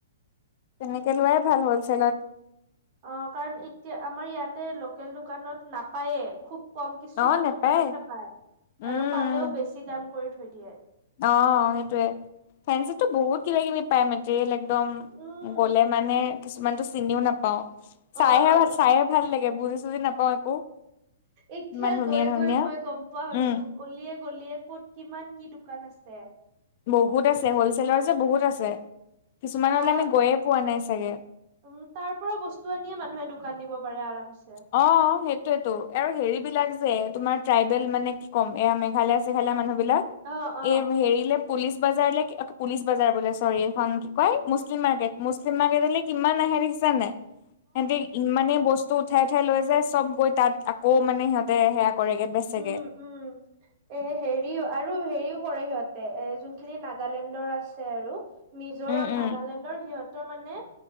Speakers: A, on the left; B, on the right.
A: তেনেকে
B: সেনেকে
A: লোৱাই ভাল হ'লচেলত।
B: অ' কাৰণ এতিয়া আমাৰ ইয়াতে লোকেল দোকানত নাপায়ে, খুব কম কিছুমান
A: অ নেপায়
B: দোকানতহে পায়
A: উম
B: আৰু পালেও
A: উম
B: বেছি দাম কৰি থৈ দিয়ে।
A: অ' সেইটোয়ে ফেঞ্চিতো বহুত কিবা - কিবি পায় মেটেৰিয়েল একদম
B: উম
A: গলে মানে কিছুমানটো চিনিও নাপাও।
B: অ'
A: চাইহে - চাইহে ভাল লাগে বুজি - চুজি নাপাওঁ একো।
B: এতিয়া
A: ইমান ধুনীয়া
B: গৈ -
A: ধুনীয়া
B: গৈ মই গম পোৱা হৈছো।
A: উম
B: গলিয়ে - গলিয়ে ক'ত কিমান কি দোকান আছে।
A: বহুত আছে হলছেলৰ যে বহুত আছে, কিছুমানলৈ
B: অ'
A: আমি গৈয়ে পোৱা নাই চাগে?
B: উম তাৰ পৰা বস্তু আনিয়ে মানুহে দোকান দিব পাৰে আৰামচ
A: অ, সেইটোয়েতো আৰু হেৰিবিলাক যে তোমাৰ ট্ৰাইবেল মানে কি ক'ম এয়া মেঘালয় চেঘালীয়া মানুহবিলাক
B: অ', অ',
A: এইম হেৰিলে পুলিচ বাজাৰ লে পুলিচ বাজাৰ বোলে চৰি এইখন কি কয় মুছলিম মাৰ্কেট মুছলিম মাৰ্কেটলে কিমান আহে দেখিছা নে? সিহঁতে ইমানেই বস্তু উঠাই উঠাই লৈ যায় চব গৈ তাত আকৌ মানে সিহঁতে সেয়া কৰেগে বেচগে।
B: উম, উম, এ হেৰিও আৰু হেৰিও কৰে সিহঁতে এ যোনখিনি নাগালেণ্ডৰ আছে আৰু। মিজোৰাম,
A: উম উম
B: নাগালেণ্ডৰ, সিহঁত ত' মানে